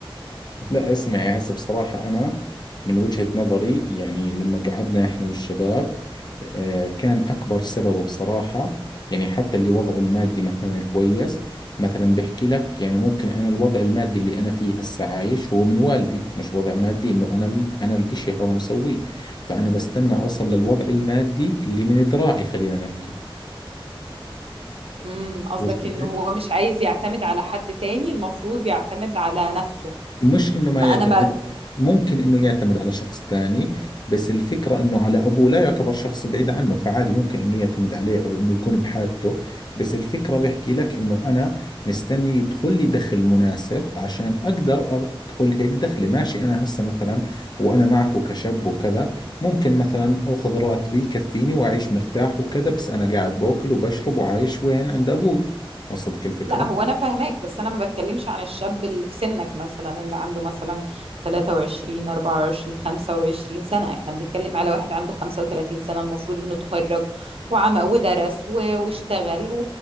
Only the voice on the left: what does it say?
لا اسمعي هسه بصراحة أنا من وجهة نظري يعني لما قعدنا إحنا والشباب آه، كان أكبر سببه بصراحة يعني حتى اللي وضعه المادي مثلا كويس مثلا بحكي لك يعني ممكن أنا الوضع المادي اللي أنا فيه هسه عايش هو من والدي مش وضع مادي إنه أنا م- أنا الإشي هذا مسويه فأنا بستنى أوصل للوضع المادي اللي من ذراعي خلينا نحكي
وصلتك
مش انه ما
يعتمد
ممكن انه يعتمد على شخص ثاني بس الفكرة انه على ابوه لا يعتبر شخص بعيد عنه فعادي ممكن انه يعتمد عليه او انه يكون بحاجته بس الفكرة بحكي لك انه انا مستني يدخل لي دخل مناسب عشان اقدر ادخل هيك دخلي ماشي انا هسه مثلا وانا معكو كشاب وكذا ممكن مثلا اخذ راتبي يكفيني واعيش مرتاح وكذا بس انا قاعد باكل وبشرب وعايش وين عند ابوي وصلتك الفكرة؟